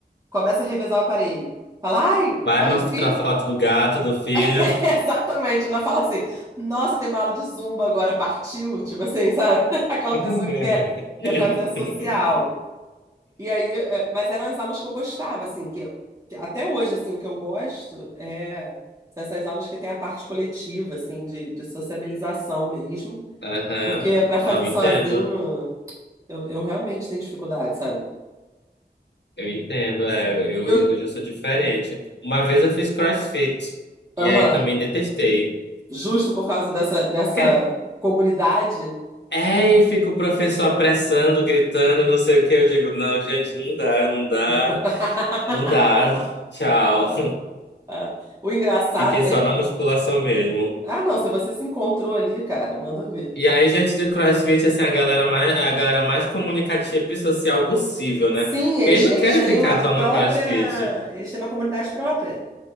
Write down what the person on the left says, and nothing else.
Vai
mostrar foto do gato, do filho.
<laughs>
Aham.
Não,
entendo.
Eu entendo. É, eu,
eu já sou diferente. Uma vez eu fiz CrossFit.
E aí também detestei.
Quê?
É, e fica o professor apressando, gritando, não sei o que. Eu digo, não, gente, não dá, não dá,
não dá. Tchau.
<laughs> Fiquei
só
na musculação mesmo.
E aí, gente do CrossFit, assim, a galera mais, a galera mais comunicativa e social possível, né?
Porque
eles
não querem
ficar
só
no CrossFit.